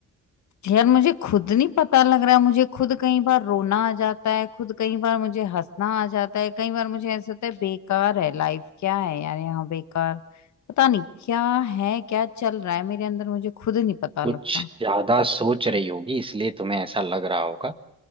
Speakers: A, on the left; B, on the right.
A: यार मुझे खुद नहीं पता लग रहा है मुझे खुद कई बार रोना आ जाता है खुद कई बार मुझे हंसना आ जाता है कई बार मुझे ऐसा होता है बेकार है लाइफ क्या है यार यहाँ बेकार पता नहीं क्या है क्या चल रहा है मेरे अंदर मुझे खुद नहीं पता लगता
B: कुछ ज्यादा सोच रही होगी इसलिए तुम्हें ऐसा लग रहा होगा